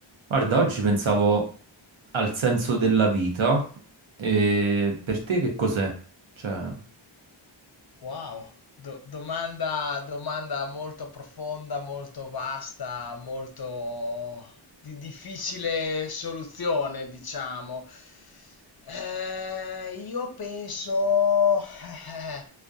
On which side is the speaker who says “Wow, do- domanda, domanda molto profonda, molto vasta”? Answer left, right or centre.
Left